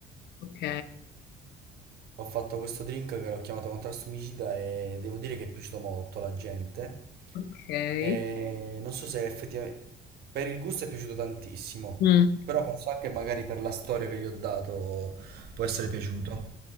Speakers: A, on the left (about 75°); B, on the right (about 70°).
A: Ok,
B: Ho fatto questo drink che l'ho chiamato contrasto omicida e devo dire che è piaciuto molto alla gente.
A: ok.
B: Eh, non so se effettivamente per il gusto è piaciuto tantissimo,
A: Mm,
B: però penso anche magari per la storia che gli ho dato può essere piaciuto.